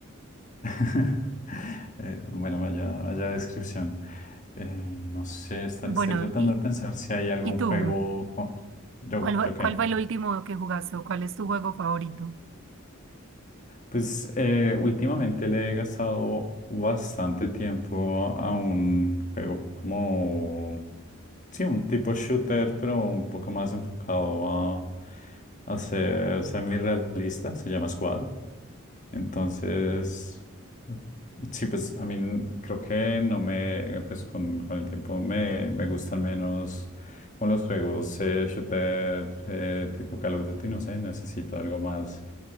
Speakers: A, on the left; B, on the right.
A: <laughs> Eh, bueno, vaya, vaya descripción. Eh, no sé, está-
B: Bueno,
A: estoy tratando
B: y
A: de pensar si hay algún
B: y tú
A: juego. con- Yo,
B: ¿Cuál fue,
A: yo qué.
B: cuál fue el último que jugaste o cuál es tu juego favorito?
A: Pues eh, últimamente le he gastado bastante tiempo a un juego como. Sí, un tipo shooter, pero un poco más enfocado a, a ser semi-realista. Se llama Squad. Entonces, sí, pues a mí creo que no me, pues con, con el tiempo me, me gustan menos con los juegos eh, shooter eh, tipo Call of Duty, no sé, necesito algo más,